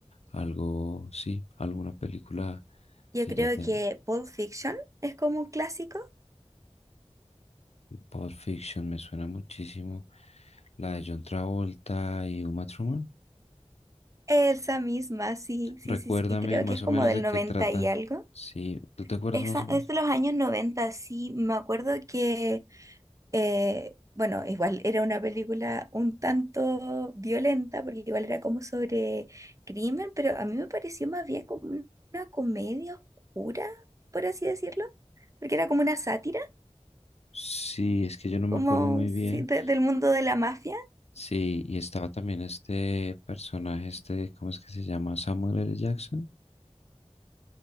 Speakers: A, on the left; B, on the right.
A: Algo, sí, alguna película
B: Yo
A: que
B: creo
A: ya tenga.
B: que Pulp Fiction es como un clásico.
A: Pulp Fiction me suena muchísimo. La de John Travolta y Uma Thurman.
B: Esa misma, sí, sí,
A: Recuérdame
B: sí, sí, creo
A: más
B: que es como
A: o menos
B: del
A: de
B: 90
A: qué trata.
B: y algo.
A: Sí, ¿tú te acuerdas
B: Esa,
A: más o menos?
B: es de los años noventa sí, me acuerdo que Eh, bueno, igual era una película un tanto violenta, porque igual era como sobre crimen, pero a mí me pareció más bien como una comedia oscura, por así decirlo, porque era como una sátira,
A: Sí, es que yo no
B: como
A: me acuerdo muy
B: sí,
A: bien.
B: de- del mundo de la mafia.
A: Sí, y estaba también este personaje, este, ¿cómo es que se llama? Samuel L. Jackson.